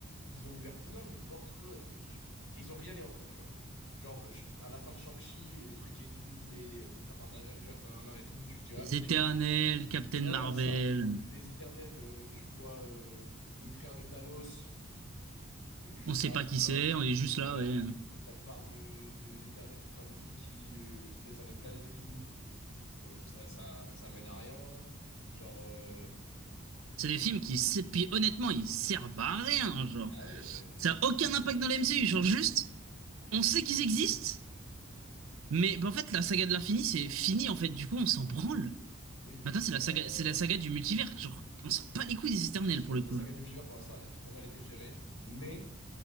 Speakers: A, on the left; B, on the right.
A: ils ont ouvert plein de portes, plein de trucs, et ils ont rien lié entre eux, tu vois. Genre, euh, à la fin de Shang-Chi, il y a des trucs et tout, les... des- ça parle d'Avengers, nanana et tout, tu te dis, ah,
B: Les
A: peut-être
B: Éternels,
A: que du coup.
B: Captain
A: Ouais,
B: Marvel,
A: voilà, c'est ça. Les Éternels, euh, tu vois euh, le frère de Thanos, bah, il est juste
B: on sait
A: là,
B: pas qui
A: voilà,
B: c'est, on est juste
A: voilà.
B: là, ouais.
A: Ça te parle de, de- d'Éternels qui font de trucs qui, euh, qui naissent dans les planètes et tout. Euh, ça, ça, ça mène à rien. Genre, euh,
B: C'est des
A: au
B: films
A: fut-
B: qui, puis honnêtement, ils servent à rien, genre.
A: Ah oui, non, mais
B: Ça
A: c'est.
B: a aucun impact dans le MCU, genre juste, on sait qu'ils existent, mais bah, en fait, la saga de l'infini, c'est fini, en fait, du coup, on s'en branle.
A: Oui,
B: Maintenant, c'est
A: bah,
B: la saga,
A: le
B: c'est la saga du multivers, genre, on s'en pas les couilles des Éternels,
A: truc, c'est
B: pour
A: que la,
B: le
A: la
B: coup.
A: saga
B: genre.
A: du multivers, pour l'instant, elle a trop mal été gérée, mais